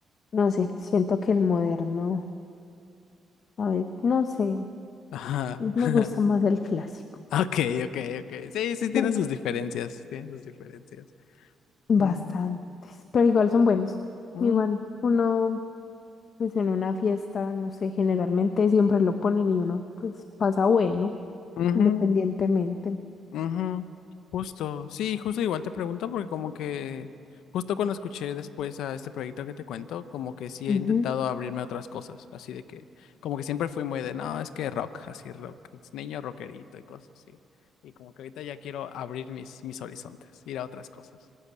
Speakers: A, on the left; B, on the left.
A: no sé, siento que el moderno, a ver, no sé.
B: Ajá.
A: Me
B: <laughs>
A: gusta más el clásico.
B: Ok, ok, ok. Sí, sí tienen
A: Pu-
B: sus diferencias. Tienen sus diferencias.
A: Bastantes,
B: Mm,
A: pero igual son buenos.
B: mm,
A: Igual uno, pues en una fiesta, no sé, generalmente siempre lo ponen y uno, pues pasa bueno,
B: ujú.
A: independientemente.
B: Ujú, Justo, sí, justo igual te pregunto porque como que justo cuando escuché después a este proyecto que te cuento, como que sí
A: Ujú.
B: he intentado abrirme a otras cosas, así de que como que siempre fui muy de, no, es que rock, así rock, es niño rockerito y cosas así. Y como que ahorita ya quiero abrir mis, mis horizontes, ir a otras cosas.